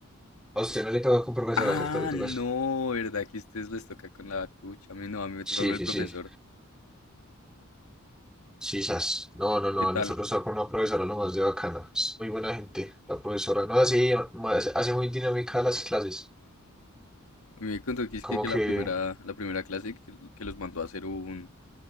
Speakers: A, in the centre; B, on the left.
A: A usted no le toca con profesora,
B: Ah,
A: ¿cierto? Le toca
B: no,
A: eso.
B: ¿verdad? Que a ustedes les toca con la cucha. A mí no, a mí me
A: Sí,
B: toca con el
A: sí,
B: profesor.
A: sí. Sí, sas. No, no, no.
B: ¿Qué tal?
A: Nosotros estamos con una profesora nomás de bacana. Es muy buena gente. La profesora, no, así, hace muy dinámica las clases.
B: A mí me contó que es
A: Como
B: que, que
A: que,
B: la primera, la primera clase que, que los mandó a hacer un,